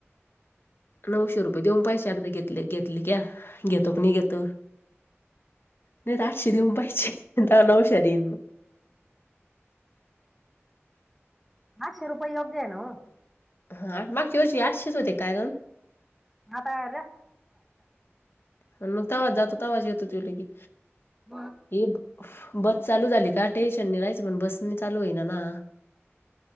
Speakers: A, on the left; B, in the centre.
A: नऊशे रुपये देऊन पैसे अर्ध घेतले घेतले क्या घेतो की नाही घेतो नाही आता आठशे देऊन पाहिचे नवश्या देईन <inaudible> <inaudible>
B: आठशे रुपये योग्य आहे न्हव
A: हा मागच्यावर्षी आठशेच होते काय ग
B: म्हातारा
A: मग तवाज जातो तवाज येतो तु ल की
B: मग
A: ये बस चालू झाली का टेन्शन नाही राहायचं पण बसने चालू होईना ना